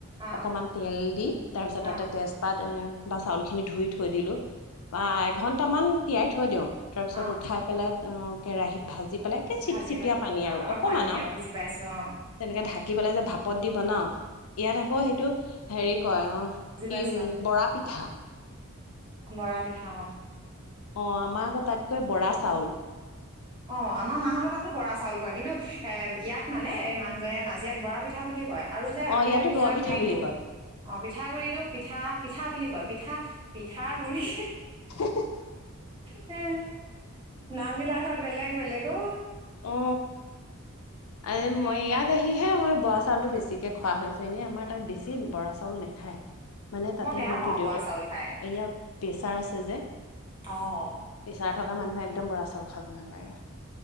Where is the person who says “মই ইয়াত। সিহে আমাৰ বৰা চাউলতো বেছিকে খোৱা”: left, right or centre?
Left